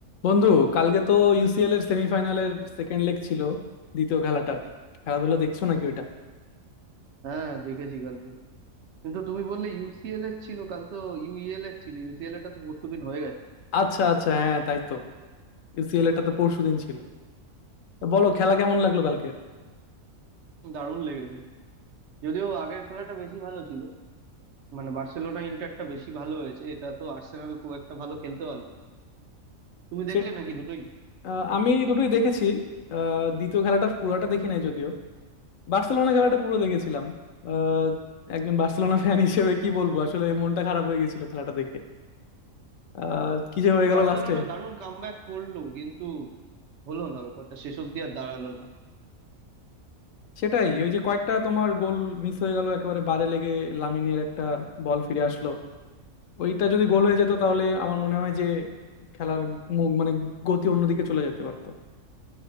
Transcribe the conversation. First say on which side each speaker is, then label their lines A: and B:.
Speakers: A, on the left; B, on the right.
A: বন্ধু কালকে তো ইউসিএল এর সেমিফাইনালের সেকেন্ড লেগ ছিল দ্বিতীয় খেলাটার খেলাধুলা দেখছো নাকি ওইটা
B: হ্যাঁ দেখেছি কালকে কিন্তু তুমি বললে ইউসিএল এর ছিল কাল তো ইউইএল এর ছিল ইউসিএল এর টা তো পরশুদিন হয়ে গেছে
A: আচ্ছা আচ্ছা হ্যাঁ তাই তো ইউসিএল এটা তো পরশুদিন ছিল তো বলো খেলা কেমন লাগলো কালকের
B: দারুণ লেগেছে যদিও আগের খেলাটা বেশি ভালো ছিল মানে বার্সেলোনা ইন্টারটা বেশি ভালো হয়েছে এটা তো আর্সেনাল খুব একটা ভালো খেলতে পারলো না তুমি দেখলে
A: সে
B: নাকি দুটোই
A: আহ, আমি দুটোই দেখেছি আহ, দ্বিতীয় খেলাটার পুরোটা দেখি নাই যদিও বার্সেলোনা খেলাটা পুরো দেখেছিলাম আহ, একজন বার্সেলোনা ফ্যান হিসেবে কি বলবো আসলে মনটা খারাপ হয়ে গেছিল খেলাটা দেখে আহ কি যে হয়ে
B: না
A: গেল
B: বার্সেলোনা
A: লাস্টে
B: দারুণ কামব্যাক করলো কিন্তু হলো না ব্যাপারটা শেষ অব্দি আর দাঁড়ালো না
A: সেটাই ওই যে কয়েকটা তোমার গোল মিস হয়ে গেল একেবারে বারে লেগে লামিনের একটা বল ফিরে আসলো ওইটা যদি গোল হয়ে যেত তাহলে আমার মনে হয় যে খেলার মুখ মানে গতি অন্যদিকে চলে যেতে পারতো